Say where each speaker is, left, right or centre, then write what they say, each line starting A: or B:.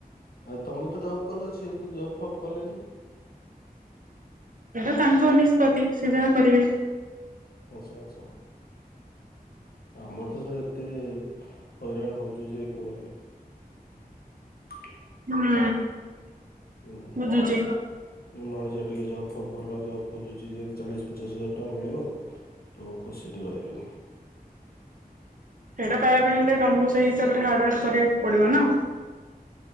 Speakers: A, on the left; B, on the right.
A: ଆ ତମେ ତ ଜବ୍ କଲ ସେ ତ ଜବ୍ ଫବ୍ କଲେନି?
B: ଏଇଟା ତାଙ୍କ ନିଷ୍ପତ୍ତି ସେ ଯାହା କରିବେ
A: ଆଚ୍ଛା ଆଚ୍ଛା ଆମର ତ ସବୁ ଏତେ ହଇରାଣ ହେଉଛୁ ଯେ କୁହନି। <inaudible>
B: ହୁଁ।
A: ହୁଁ।
B: ବୁଝୁଛି।
A: ମଣିଷ ଟିକେ ଜବ ଫବ୍ ଭଲ ଜବ୍ ଖୋଜୁଛି ଯେମିତି ଚାଳିଶ ପଚାଶ ହଜାର ଟଙ୍କା ମିଳିବ ଲୋକ ଖୁସୀ ରେ ରହିବେନି।
B: ସେଇଟା ତା ପାଇଁ ହେଟା କାମକୁ ସେଇ ହିସାବରେ ହାର୍ଡ ୱାର୍କ କରିବାକୁ ପଡ଼ିବ ନା